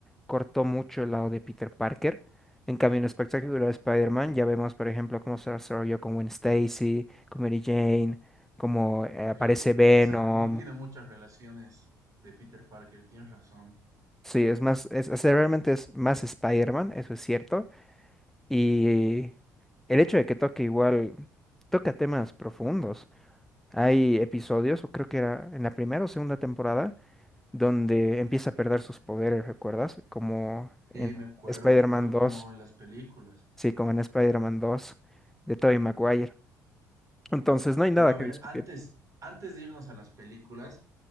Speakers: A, in the centre; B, on the right.
A: cortó mucho el lado de Peter Parker. En cambio, en el espectacular Spider-Man, ya vemos, por ejemplo, cómo se desarrolló con Gwen Stacy, con Mary Jane, cómo eh, aparece
B: Sí,
A: Venom.
B: exacto. No tiene muchas relaciones de Peter Parker, tienes razón.
A: Sí, es más, es, o sea, realmente es más Spider-Man, eso es cierto. Y el hecho de que toque igual, toca temas profundos. Hay episodios, o creo que era en la primera o segunda temporada donde empieza a perder sus poderes, ¿recuerdas? Como en
B: Sí, me acuerdo,
A: Spider-Man
B: me acuerdo como
A: 2,
B: en las películas.
A: sí, como en Spider-Man 2 de Tobey Maguire. Entonces, no hay
B: Pero
A: nada
B: a
A: que
B: ver,
A: discutir.
B: antes, antes de irnos a las películas,